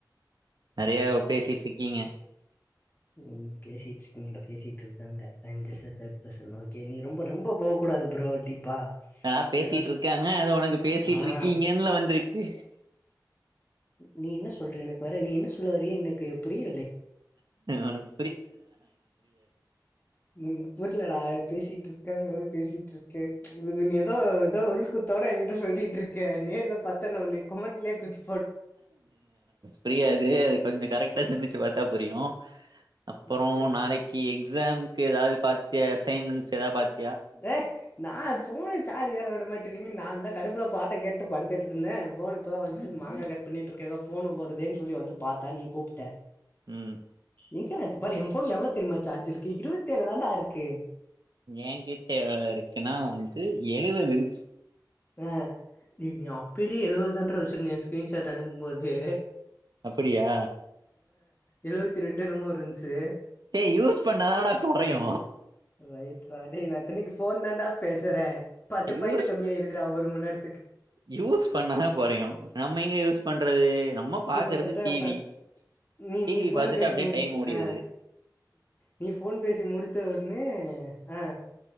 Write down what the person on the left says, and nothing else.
ம் பேசிட்ருக்கீங்கில்ல பேசிட்ருக்காங்க I'm just uh that person okay நீ ரொம்ப ரொம் போ போக் கூடது ப்ரோ டீப்பா <unintelligible>
அ
நீ என்ன சொல்ற எனக்கு வர நீ என்ன சொல்லுவர எனக்கு புரிய
ம் புரிலடா பேசிட்ரு க்காங்கிறத பேசிட்ருக்க நீ எதோ எதோ உள்குத்தோட எங்கிட்ட சொல்லிட்ரு அ நேர்ல பாத்தே நா ஒன்ன கொமட்லே குத்து
அப்படியா
ஏ நா போனே சார்ஜ் ஏற விட மாட் எட்டு ரிங் நாந்தா கடுப்புல பாட்ட கேட்டு படுத்துட்ருந்தே போன் இப்பதா வந்துச்சு மாங்கா கட் பண்ணிட்ருக்கே எதோ போன் வருதே டன் சொல்லி வந்து பாத்தா நீ கூப்ட்ட
எங்கடா இப்ப பாரு ஏ ஃபோன்ல எவ்ளோ தெரியுமா சார்ஜ் இருக்கு இருவத்தேழு தான்டா இருக்கு
ஆ நீ அப்பிலயே எழுவது தாண்டற வச்சிருந்த ஏ ஸ்கிரீன்ஷாட் அனுப்பும்போது
எழுவத்தி ரெண்டு என்னமோ இருன்ச்சு
ரைட் ரா டேய் நா இத்தன்னைக்கு போ தண்டா பேசறே பத்து
பாயிண்ட்டு கம்மியாயிடுதுடா ஒரு மண்நேரத்
கிட்டத்தட்ட
ஃபர்ஸ்ட்
நீ
நீ
ஃபோன்
பேசி
முடிச்ச
ஆ நீ போன் பேசி முடிச்ச ஒன்னே அ